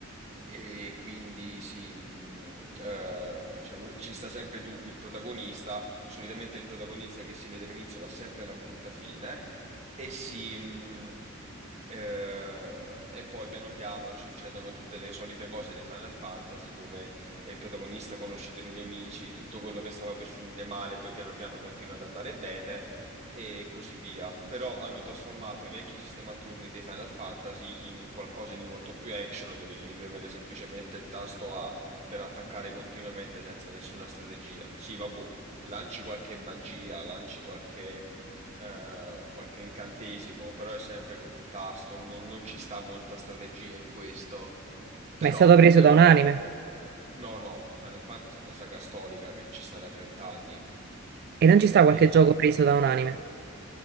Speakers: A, on the right; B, on the right.
A: e quindi sì, mh, eh, cioè, ci sta sempre tu, il protagonista. Solitamente il protagonista che si vede all'inizio va sempre a una brutta fine e si... mh, eh, e poi piano piano ci succedono tutte le solite cose dei Final Fantasy dove e il protagonista conosce dei nuovi amici, tutto quello che stava per finire male, poi piano piano continua ad andare bene e così via. Però hanno trasformato i vecchi sistema a turni dei Final Fantasy in un qualcosa di molto più action, dove devi premere semplicemente il tasto A per attaccare continuamente senza nessuna strategia. Sì, vabbè, lanci qualche magia, lanci qualche eh, qualche incantesimo, però è sempre con un tasto, non, non ci sta molta strategia in questo. Però
B: Ma è stato preso
A: devo,
B: da un anime.
A: No, no, Final Fantasy è una saga storica che ci sta da 30 anni
B: E non ci sta
A: e
B: qualche gioco preso da un anime?